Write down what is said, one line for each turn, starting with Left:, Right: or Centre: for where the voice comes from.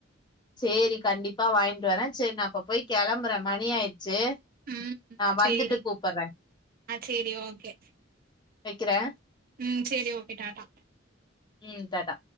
Left: சேரி கண்டிப்பா வாங்கிட்டு வர. சேரி நா அப்ப போய் கெளம்பற. மணி ஆயி ச்சு
Right: ம்
Left: நா வந்துட்டு
Right: சேரி
Left: கூப்பட்ற.
Right: ஆ சேரி ஓகே
Left: வெக்கிற.
Right: ம் சேரி ஓகே டாட்டா.
Left: உம் தாடா